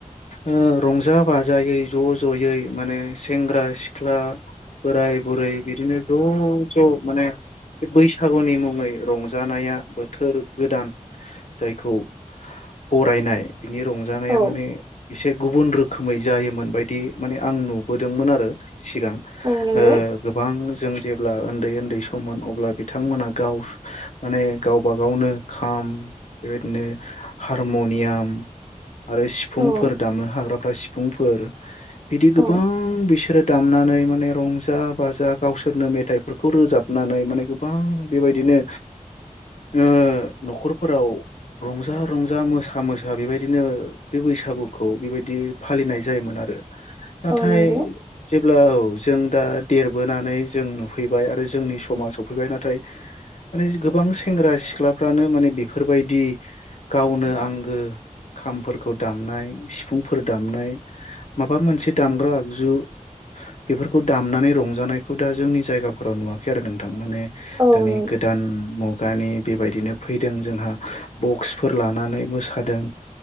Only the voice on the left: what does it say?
ओ रंजा बाजायै ज' ज'यै माने सेंग्रा सिख्ला बोराय बुरै बिदिनो ज' ज' माने बे बैसागुनि मुङै रंजानाया बोथोर गोदान जायखौ बरायनाय बिनि रंजानाया
माने एसे गुबुन रोख रोखोमै जायोमोन बायदि माने आं नुबोदोंमोन आरो सिगां।
ओ गोबां जों जेब्ला ओन्दै ओन्दै सममोन अब्ला बिथांमोना गाव माने गावब गावनो खाम बेबायदिनो हारमुनियाम आरो सिफुंफोर
दामनो हाग्राफ्रा सिफुंफोर बिदि
गोबां बिसोरो दामना नैय माने रंजा बाज जा गावसोरनो मेथाइफोरखौ रोजाबनानै माने गोबां बेबायदिनो। ओ न'खरफोराव रंजा रंजा मोसा मोसा बेबायदिनो बे बैसागुखौ बेबायदि फालिनाय जायोमोन आरो। नाथाय
जेब्ला औ जों दा देर बोनानै जों नुफैबाय आरो जोंनि समाज सफैबाय नाथाय माने गोबां सेंग्रा सिख्लाफ्रानो माने बेफोरबायदि गावनो आंगो खामफोरखौ दामनाय सिफुंफोर दामनाय माबा मोनसे दामग्रा आगजु बेफोरखौ दामनानै रङ जानायखौ दा जोंनि जायगाफोराव नुवाखै आरो नोंथां। माने
दानि
गोदान मुग गानि बेबायदिनो फैदों जोंहा बक्सफोर लानानै मोसादों